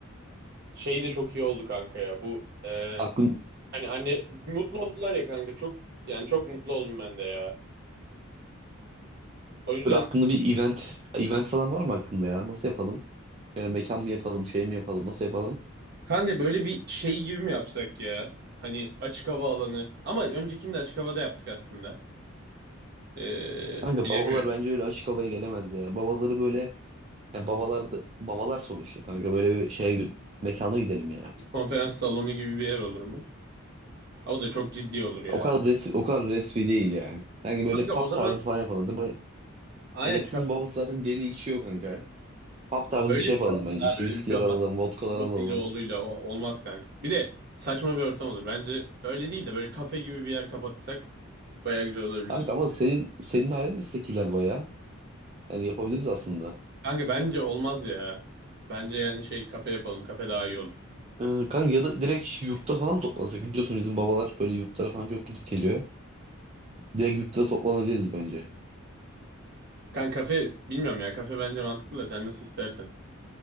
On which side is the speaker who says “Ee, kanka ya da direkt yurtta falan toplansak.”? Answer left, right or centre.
Right